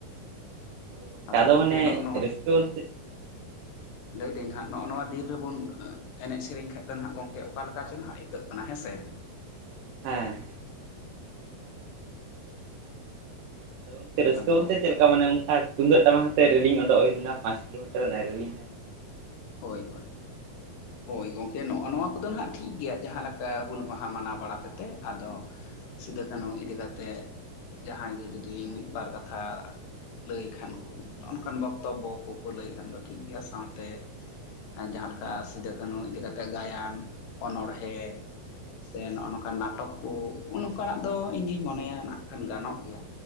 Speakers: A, on the right; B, on the left.
A: ᱦᱳᱭ ᱜᱚᱝᱠᱮ ᱟᱫᱚ
B: ᱜᱚᱢᱠᱮ
A: ᱢᱟᱱᱮ
B: ᱱᱚᱜᱼᱚ
A: ᱨᱟᱹᱥᱠᱟᱹ ᱵᱚᱞᱛᱮ
B: ᱞᱟᱹᱭ ᱫᱟᱹᱧ ᱦᱟᱸᱜ ᱱᱚᱜᱼᱚ ᱱᱚᱣᱟ ᱫᱤᱱ ᱨᱮᱵᱚᱱ ᱮᱱᱮᱡ ᱥᱮᱨᱮᱧ ᱠᱷᱟᱡ ᱫᱚ ᱱᱟᱦᱟᱜ ᱜᱚᱝᱠᱮ ᱚᱠᱟ ᱞᱮᱠᱟ ᱪᱚᱝ ᱦᱟᱸᱜ ᱟᱹᱭᱠᱟᱹᱜ ᱠᱟᱱᱟ ᱦᱮᱸ ᱥᱮ
A: ᱦᱮᱸ ᱟᱫᱚ ᱜᱚᱝᱠᱮ ᱨᱟᱹᱥᱠᱟᱹ
B: ᱟᱫᱚ
A: ᱵᱚᱞᱛᱮ ᱪᱮᱫ ᱚᱱᱮ ᱚᱱᱠᱟ ᱛᱩᱢᱫᱟᱹᱜ ᱴᱟᱢᱟᱠᱟᱛᱮ ᱨᱮᱞᱤᱝ ᱳᱰᱳᱜ ᱦᱩᱭᱞᱮᱱᱟ ᱯᱟᱸᱪ ᱠᱤᱞᱳᱢᱤᱴᱟᱨ ᱚᱱᱮ ᱨᱮᱞᱤᱝ ᱠᱟᱱᱟ
B: ᱦᱳᱭ ᱦᱳᱭ
A: <inaudible>
B: ᱦᱳᱭ ᱜᱚᱝᱠᱮ ᱱᱚᱜᱼᱚ ᱱᱚᱣᱟ ᱠᱚᱫᱚ ᱱᱟᱦᱟᱜ ᱴᱷᱤᱠ ᱜᱮᱭᱟ ᱡᱟᱦᱟᱸ ᱞᱮᱠᱟ ᱦᱩᱞ ᱢᱟᱦᱟ ᱢᱟᱱᱟᱣ ᱵᱟᱲᱟ ᱠᱟᱛᱮᱫ ᱟᱫᱚ ᱥᱤᱫᱟᱹ ᱠᱟᱹᱱᱩ ᱤᱫᱤ ᱠᱟᱛᱮᱫ ᱡᱟᱦᱟᱸᱭ ᱜᱤ ᱡᱩᱫᱤ
A: ᱦᱮᱸ
B: ᱢᱤᱫ ᱵᱟᱨ ᱠᱟᱛᱷᱟ ᱞᱟᱹᱭ ᱠᱷᱟᱱ ᱠᱩ ᱱᱚᱜ ᱱᱚᱝᱠᱟᱱ ᱵᱚᱠᱛᱚᱵᱵᱚ ᱠᱚᱠᱚ
A: ᱦᱳᱭ
B: ᱞᱟᱹᱭ ᱠᱷᱟᱱ ᱫᱚ ᱴᱷᱤᱠ ᱜᱮᱭᱟ ᱥᱟᱶᱛᱮ ᱡᱟᱦᱟᱸ ᱞᱮᱠᱟ ᱥᱤᱫᱟᱹ ᱠᱟᱹᱱᱩ ᱤᱫᱤ ᱠᱟᱛᱮᱫ ᱜᱟᱭᱟᱱ ᱚᱱᱚᱬᱦᱮᱸ ᱥᱮ ᱱᱚᱜ ᱱᱚᱝᱠᱟᱱ
A: ᱦᱳᱭ
B: ᱱᱟᱴᱚᱠ ᱠᱚ ᱱᱚᱝᱠᱟᱱᱟᱜ ᱫᱚ ᱤᱧ ᱫᱩᱧ ᱢᱚᱱᱮᱭᱟ ᱱᱟᱜ ᱠᱷᱟᱱ ᱜᱟᱱᱚᱜ ᱜᱮᱭᱟ᱾